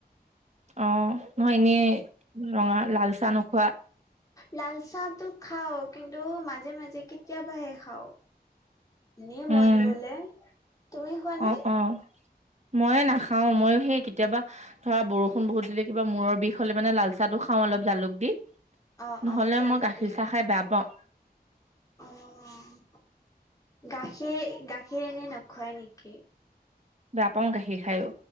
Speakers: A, on the right; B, on the left.
A: অ'। নহয় এনেই ৰঙা লালচাহ নোখোৱা?
B: লাল চাহটো খাওঁ কিন্তু মাজে মাজে কেতিয়াবাহে খাওঁ। এনেই
A: উম,
B: মন গ'লে। তুমি খোৱা নে?
A: অ', অ', ময়ে নাখাওঁ, মই সেই কেতিয়াবা ধৰা বৰষুণ বহুত দিলে, কিবা মূৰৰ বিষ হ'লে মানে লাল চাহটো খাওঁ অলপ জালুক দি।
B: অ
A: নহ'লে
B: অ জালুক
A: মই গাখীৰ
B: দি
A: চাহ খাই বেয়া পাওঁ।
B: অ' গাখীৰ গাখীৰ এনে নোখোৱা নেকি?
A: বেয়া পাওঁ গাখীৰ খায়ো।